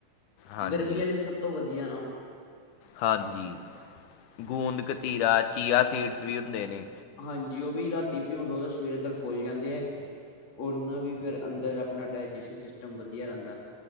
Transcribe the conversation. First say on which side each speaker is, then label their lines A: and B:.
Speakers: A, on the left; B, on the left.
A: ਹਾਂਜੀ
B: ਗਰਮੀ ਆਲੀ ਤਾਂ ਸਭ ਤੋਂ ਵਧੀਆ ਏ ਨਾ ਉਹ
A: ਹਾਂਜੀ ਗੂੰਦ ਕਤੀਰਾ, ਚੀਆ ਸੀਡਸ ਵੀ ਹੁੰਦੇ ਨੇ।
B: ਹਾਂਜੀ ਉਹ ਵੀ ਰਾਤੀ ਪਿਉਂ ਦੋ ਤੇ ਸਵੇਰੇ ਤੱਕ ਫੁੱਲ ਜਾਂਦੇ ਏ, ਉਹਨਾਂ ਵੀ ਫਿਰ ਅੰਦਰ ਅਪਣਾ ਡਾਇਜੈਸ਼ਨ ਸਿਸਟਮ ਵਧੀਆ ਰਹਿੰਦਾ।